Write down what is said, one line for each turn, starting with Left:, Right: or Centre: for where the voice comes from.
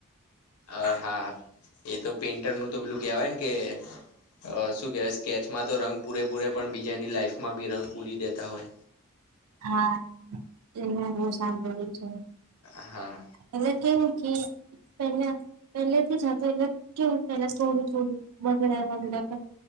Left: અહ હા, એ તો પેઇન્ટર નું તો પેલું કેવાય ને કે, અ શું કેહેવાય સ્કેચમાં તો રંગ પૂરે પૂરે પણ બીજાની લાઈફમાં બી રંગ પૂરી દેતા હોય.
Right: હા, એ મે બહુ સંભાળ્યું છે.
Left: હા.
Right: એટલે કેવું કે પેલા પેલેથી જ, પેલ કેવું પેલા થોડું થોડું વગડ વગડ પણ,